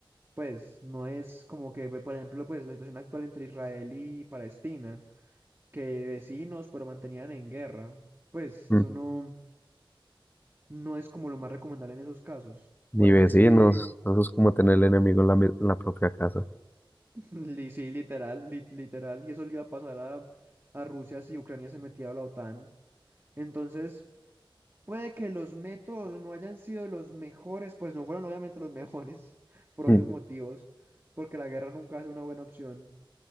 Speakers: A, on the right; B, on the left.
A: Pues no es como que, ve, por ejemplo, pues la situación actual entre Israel y Palestina que vecinos, pero mantenían en guerra. Pues
B: ujú.
A: eso no, no es como lo más recomendable en esos casos.
B: Ni
A: Por
B: vecinos,
A: eso es que,
B: eso es como tener el enemigo en la, mi- en la propia casa.
A: <laughs> li- sí, literal, li- literal, y eso le iba a pasar a, a Rusia si Ucrania se metía a la OTAN. Entonces, puede que los métodos no hayan sido los mejores, pues no fueron obviamente los mejores, <laughs> por
B: Mm,
A: obvios motivos, porque la guerra nunca es una buena opción,